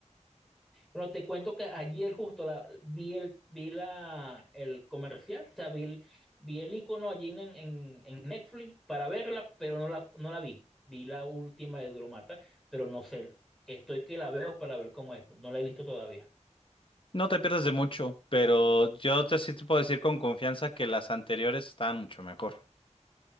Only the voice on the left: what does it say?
No te pierdes de mucho, pero yo te sí te puedo decir con confianza que las anteriores estaban mucho mejor.